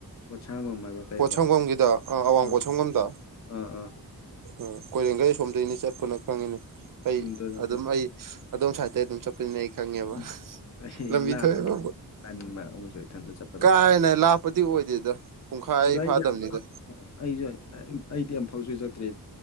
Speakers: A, on the left; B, on the right.
A: ꯄꯣꯠꯁꯥꯡꯕꯝ ꯍꯥꯏꯕ꯭ꯔꯥ ꯀꯩ
B: ꯄꯣꯠꯁꯝꯒꯝꯒꯤꯗ
A: ꯍꯥꯏꯕ꯭ꯔꯥ
B: ꯑꯋꯥꯡ
A: ꯑꯥ
B: ꯄꯣꯁꯝꯕꯝꯗ
A: ꯑꯥ ꯑꯥ
B: ꯑ ꯀꯣꯏꯔꯦꯡꯒꯩ ꯁꯣꯝꯗꯒꯤꯅꯤ ꯆꯠꯄꯅ ꯈꯪꯉꯤꯅꯦ ꯑꯩ
A: ꯎꯝ ꯑꯗꯨꯅ
B: ꯑꯗꯨꯝ
A: ꯑꯗꯣ
B: ꯑꯩ ꯑꯗꯣꯝ ꯁꯥꯏꯠꯇꯩ ꯑꯗꯨꯝ ꯆꯠꯄꯅꯦ ꯑꯩ ꯈꯪꯉꯦꯕ
A: ꯎꯝ ꯑꯩ
B: ꯂꯝꯕꯤ
A: ꯂꯥꯞꯄꯅꯤꯅ
B: ꯊꯣꯛꯑꯦꯕ
A: ꯇꯟꯕ ꯑꯃꯨꯛꯀꯁꯨ ꯏꯊꯟꯗ ꯆꯠꯄ
B: ꯀꯥ ꯍꯦꯟꯅ ꯂꯞꯄꯗꯤ ꯑꯣꯏꯗꯦꯗ ꯄꯨꯡꯈꯥꯏ
A: ꯑꯗꯣ ꯑꯩꯗꯤ
B: ꯐꯥꯗꯕꯅꯤꯗ
A: ꯑꯩꯁꯨ ꯑꯩꯗꯤ ꯑꯝ ꯐꯥꯎꯁꯨ ꯆꯠ